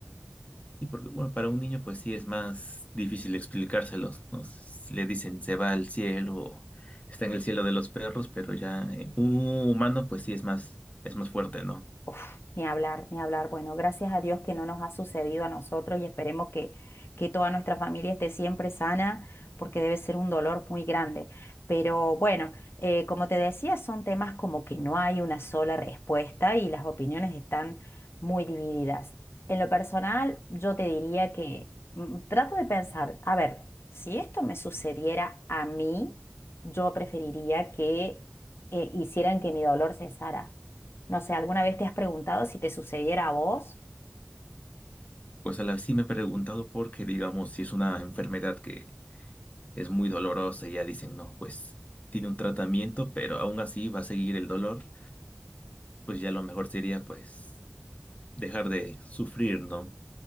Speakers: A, on the left; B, on the left.
A: Y porque, bueno, para un niño pues sí es más difícil explicárselos, ¿no? Si le dicen se va al cielo, está en el cielo de los perros, pero ya eh, un humano pues sí es más, es más fuerte, ¿no?
B: Uf, ni hablar, ni hablar. Bueno, gracias a Dios que no nos ha sucedido a nosotros y esperemos que, que toda nuestra familia esté siempre sana, porque debe ser un dolor muy grande. Pero bueno, eh, como te decía, son temas como que no hay una sola respuesta y las opiniones están muy divididas. En lo personal, yo te diría que mm, trato de pensar, a ver, si esto me sucediera a mí, yo preferiría que eh, hicieran que mi dolor cesara. No sé, ¿alguna vez te has preguntado si te sucediera a vos?
A: Pues a la vez sí me he preguntado porque, digamos, si es una enfermedad que es muy dolorosa y ya dicen, no, pues tiene un tratamiento, pero aún así va a seguir el dolor, pues ya lo mejor sería pues dejar de sufrir, ¿no?